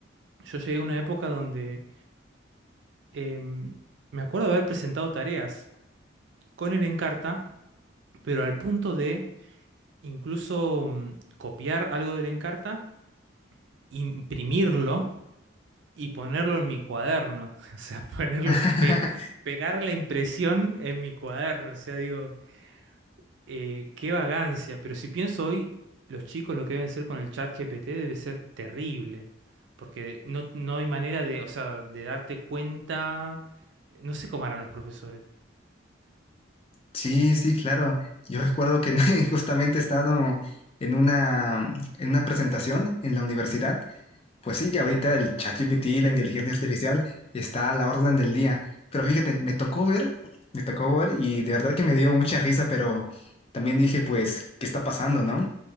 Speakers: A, on the right; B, on the left.
A: yo llegué a una época donde em, me acuerdo de haber presentado tareas con el Encarta pero al punto de incluso mm, copiar algo de la Encarta, imprimirlo y ponerlo en mi cuaderno. <laughs> O sea, ponerlo,
B: <laughs>
A: pe- pegar la impresión en mi cuaderno. O sea, digo, eh, qué vagancia. Pero si pienso hoy, los chicos lo que deben ser con el chat GPT debe ser terrible. Porque no, no hay manera de, o sea, de darte cuenta. No sé cómo harán los profesores.
B: Sí, sí, claro. Yo recuerdo que <laughs> justamente he estado en una, en una presentación en la universidad Pues sí, ahorita el ChatGPT, la inteligencia artificial, está a la orden del día. Pero fíjate, me tocó ver, me tocó ver y de verdad que me dio mucha risa, pero también dije, pues, ¿qué está pasando, no?